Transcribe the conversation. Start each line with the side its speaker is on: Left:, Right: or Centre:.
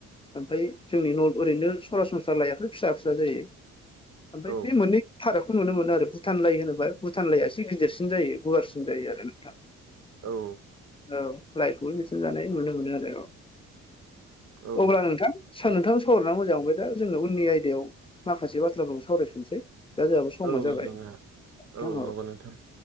Left: ओमफ्राय जोंनि न' ओरैनो सरासनस्रा लायाथ' फिसा फिसा जायो। ओमफ्राय
Right: औ
Left: बे मोननै फारागखौ नुनो मोनो आरो भुटान लाइ होनोबा भुटान लाइआ एसे गिदिरसिन जायो गुवारसिन। सिन जायो आरो नोंथां।
Right: औ।
Left: औ लाइखौबो बिसोर जानाय नुनो मोनो आरो औ।
Right: औ
Left: अब्ला नोंथां स नोंथां सावरायनानै मोजां मोनबाय दा जोंनो उननि आयदायाव माखासे बाथ्राफोरखौ सावरायफिनसै। दा जोंहाबो समा
Right: औ
Left: जाबाय
Right: जोंहा
Left: <unintelligible>
Right: औ नंगौ नोंथां